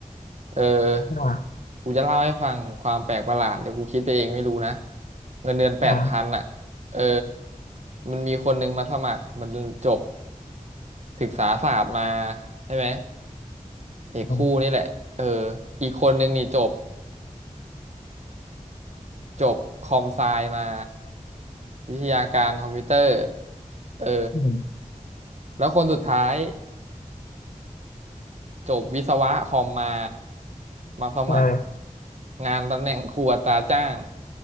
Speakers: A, on the right; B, on the left.
A: เออ
B: ใช่ป่ะ
A: กูจะเล่าให้ฟังถึงความแปลกประหลาดเลยกูคิดไปเองไม่รู้นะ เงินเดือนแปดพันอะ
B: อ่า
A: เออมันมีคนนึงมาสมัครมันจบศึกษาศาสตร์มาใช่ไหมเอกคู่นี่แหละเออ
B: อืม
A: อีกคนนึงนี่จบจบคอมไซมาวิทยาการคอมพิวเตอร์เออ
B: อืม
A: แล้วคนสุดท้าย จบวิศวะคอมมามาสมัคร
B: เออ
A: งานตำแหน่งครอัตราจ้าง